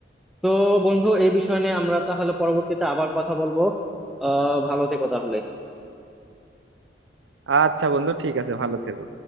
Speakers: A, in the centre; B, on the right (about 85°).
A: তো বন্ধু এই বিষয় নিয়ে আমরা তাহলে পরবর্তীতে আবার কথা বলবো আহ ভালো থেকো তাহলে
B: আচ্ছা বন্ধু ঠিক আছে ভালো থেকো